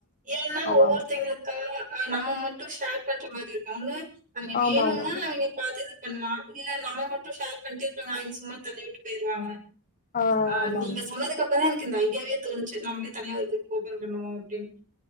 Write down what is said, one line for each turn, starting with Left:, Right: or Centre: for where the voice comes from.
Right: ஏன்னா
Left: ஆமாம்
Right: ஒவ்வொருத்தைங்களு
Left: ஆமாம்
Right: அ நம்ம மட்டும் ஷேர் பண்ற மாதி இருக்கும்ல்ல அவிங்க
Left: ஆமாம்
Right: வேணுணா
Left: ஆமாம்
Right: அவிங்க பாத்து இது பண்ணுவா இல்ல நம்ம மட்டு ஷேர் பண்டு <unintelligible> சும்மா தள்ளி விட்டு பேயிருவாங்க
Left: ஆமாம்
Right: ஆ நீங்க
Left: ஆமாம்
Right: சொன்னதுக்கு அப்றோ தா எனக்கு இந்த ஐடியாவே தோணுச்சு நம்ளே தனியா ஒரு குரூப் ஓபன் பண்ணுவோ அப்டின்